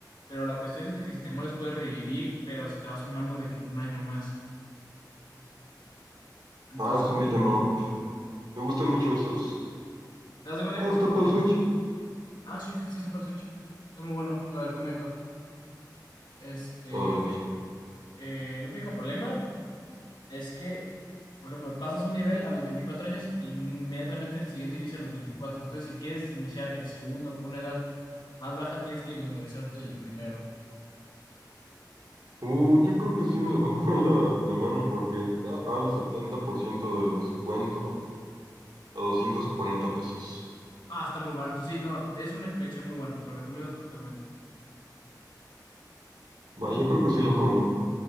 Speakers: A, on the left (about 80°); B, on the right (about 80°).
A: pero la cuestión es de que si te mueres puedes revivir, pero se te va sumando de que un año más. Entonces,
B: Ah, es un beat 'em up. Me gustan mucho esos.
A: te das de cuenta
B: Ah,
A: que es
B: está
A: un-
B: para el Switch.
A: ah, sí, que existe para el Switch. Está muy bueno, te lo recomiendo. Este,
B: A ver.
A: eh, el único problema es que, por ejemplo, pasas un nivel a los 24 años y inmediatamente el siguiente inicia a los veinticuatro Entonces, si quieres iniciar el segundo con una edad más baja, tienes que memorizarte el primero.
B: Uh, yo creo que sí me lo <laughs> compro en la semana porque está al 70% de descuento, a 240 pesos.
A: Ah, está muy barato. Sí, no, es una experiencia muy buena, te lo recomiendo totalmente.
B: Va,
A: ¿Y
B: yo creo que sí lo compro.